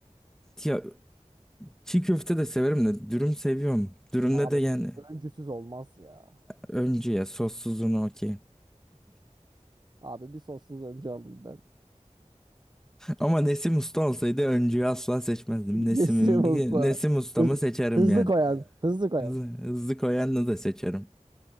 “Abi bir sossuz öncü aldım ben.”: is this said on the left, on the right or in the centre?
Right